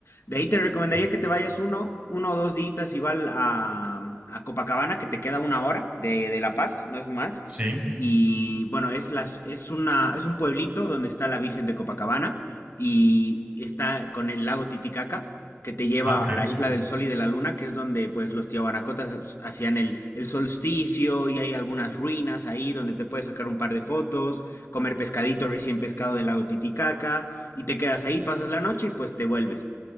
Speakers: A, on the left (about 75°); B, on the right (about 30°).
A: De ahí te recomendaría
B: Sí.
A: que te vayas uno, uno o dos días igual a, a Copacabana, que te queda una hora de, de La Paz, no es más,
B: ¿sí?
A: y bueno, es, la, es, una, es un pueblito donde está la Virgen de Copacabana y está con el lago Titicaca que te lleva
B: Ah, ok,
A: a la isla del Sol y de la Luna, que es donde pues los tiahuanacotas hacían el, el solsticio y hay algunas ruinas ahí donde te puedes sacar un par de fotos, comer pescadito recién pescado del lago Titicaca y te quedas ahí, pasas la noche y pues te vuelves.